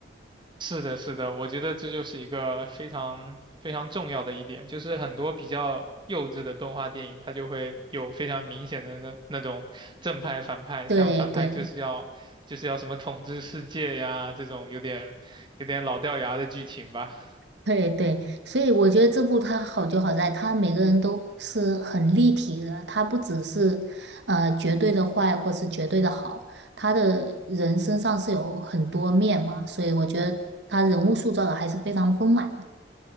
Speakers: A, on the right; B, on the right.
A: 是的，是的，我觉得这就是一个非常非常重要的一点，就是很多比较幼稚的动画电影，它就会有非常明显的那那种正派反派，
B: 对对
A: 像反派就是要就是要什么统治世界呀，这种有点有点老掉牙的剧情吧。
B: 对对，所以我觉得这部他好就好在，他每个人都是很立体的，他不只是呃绝对的坏或是绝对的好，他的人身上是有很多面嘛，所以我觉得他人物塑造的还是非常丰满的。